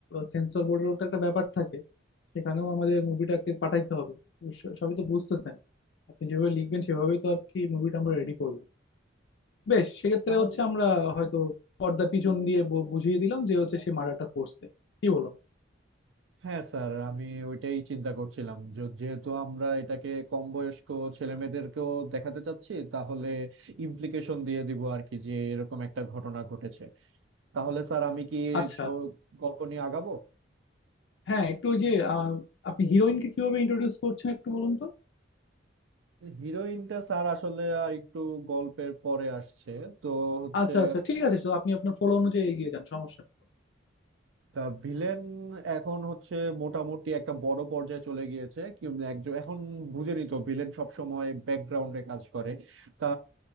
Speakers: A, on the left (about 65°); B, on the right (about 80°).
A: সেন্সর বোর্ডের তো একটা ব্যাপার থাকে সেখানেও আমাদের মুভিটাকে পাঠাইতে হবে তো স- সবই তো বুঝতেছেন আপনি যেভাবে লিখবেন সেভাবেই তো আর কি মুভিটা আমরা রেডি করব বেশ সেক্ষেত্রে
B: তাহলে
A: হচ্ছে আমরা হয়তো পর্দার পিছন দিয়ে বু- বুঝিয়ে দিলাম যে হচ্ছে সে মার্ডারটা করছে কি বলুন
B: হ্যাঁ স্যার আমি ওইটাই চিন্তা করছিলাম যে- যেহেতু আমরা এটাকে কম বয়স্ক ছেলেমেয়েদেরকেও দেখাতে চাচ্ছি তাহলে ইমপ্লিকেশন দিয়ে দিব আর কি যে এরকম একটা ঘটনা ঘটেছে তাহলে স্যার আমি কি
A: আচ্ছা
B: ছ- গল্প নিয়ে আগাবো
A: হ্যাঁ একটু ওই যে আহ, আপনি হিরোইনকে কিভাবে ইন্ট্রোডিউস করছেন একটু বলুন তো
B: হিরোইনটা স্যার আসলে একটু গল্পের পরে আসছে তো হচ্ছে
A: আচ্ছা আচ্ছা ঠিক আছে তো আপনি আপনার ফলো অনুযায়ী এগিয়ে যান সমস্যা নেই
B: তা ভিলেন এখন হচ্ছে মোটামুটি একটা বড় পর্যায়ে চলে গিয়েছে কি একজন এখন বুঝেনি তো ভিলেন সবসময় ব্যাকগ্রাউন্ডে কাজ করে তা